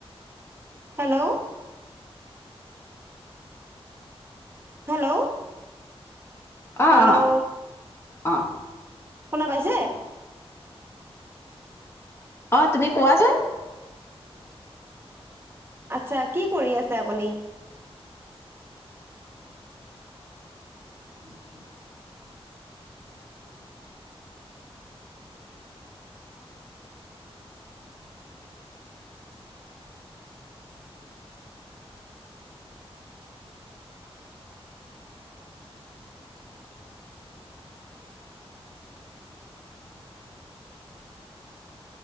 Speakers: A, on the right; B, on the left.
A: হেল্ল'? হেল্ল'?
B: অ'
A: হেল্ল'?
B: অ' অ'
A: শুনা পাইছে?
B: অ', তুমি কোৱাচোন?
A: আচ্ছা, কি কৰি আছে আপুনি?
B: <unintelligible>